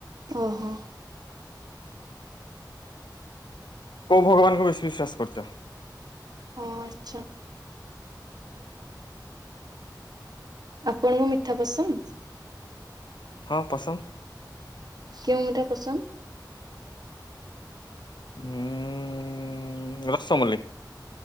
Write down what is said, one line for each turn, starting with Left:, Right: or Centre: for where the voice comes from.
Right: ଓ ହୋ।
Left: କୋଉ ଭଗବାନଙ୍କୁ ବେଶୀ ବିଶ୍ୱାସ କରୁଛ?
Right: ହଁ ଆଚ୍ଛା। ଆପଣଙ୍କୁ ମିଠା ପସନ୍ଦ?
Left: ହଁ ପସନ୍ଦ
Right: କେଉଁ ମିଠା ପସନ୍ଦ?
Left: ହୁଁ ରସମଲେଇ।